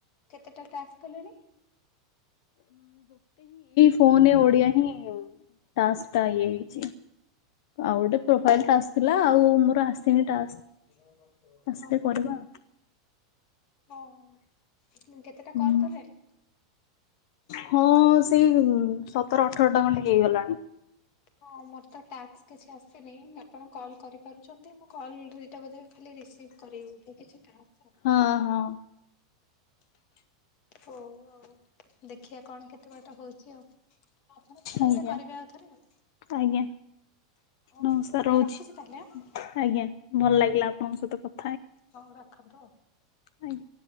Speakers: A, on the left; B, on the left.
A: କେତେଟା ଟାସ୍କ କଲେଣି?
B: ଫୋନେ ଓଡିଆ ହିଁ ଟାସ୍କ ଟା ଇଏ ହି। ଛି, ଆଉ ଗୋଟେ ପ୍ରୋଫାଇଲ୍ ଟାସ୍କ ଥିଲା ଆଉ ମୋର ଆସିନି ଟାସ୍କ।
A: ହୋ, ହୋ,
B: ଆସିଲେ କରିବା ଆଉ।
A: ଓ, ହଁ। କେତେଟା
B: ହୁଁ।
A: କଲ୍ କଲେଣି?
B: ହଁ ସେଇ ସତର ଅଠରଟା ଖଣ୍ଡେ ହେଇଗଲାଣି।
A: ହଁ ମୋର ତ ଟାକ୍ସ କିଛି ଆସିନି ଆପଣ କଲ୍ କରିପାରି ଛନ୍ତି ମୁଁ କଲ୍ ରିଟା ବୋଧ ଖାଲି ରିସିଭ୍ କରିବି ବୋଧେ କିଛି ଟାସ୍କ ଆସିନି
B: ହଁ
A: ମୋର।
B: ହଁ
A: ହଉ ଆଉ ଦେଖିବା କଣ କେତେ ବାଟ ହଉଚି ଆଉ। ଆପଣ ଫ୍ରି
B: ଆଜ୍ଞା
A: ହେଲେ କରିବେ ଆଉ ଥରେ ଆଉ।
B: ଆଜ୍ଞା
A: ହଉ
B: ନମସ୍କାର ରହୁଛି।
A: ରଖୁଛି ତାହେଲେ ଆଁ
B: ଆଜ୍ଞା ଭଲ ଲାଗିଲା ଆପଣଙ୍କ ସହିତ କ
A: ହଁ ରଖନ୍ତୁ।
B: ଆଜ୍ଞା।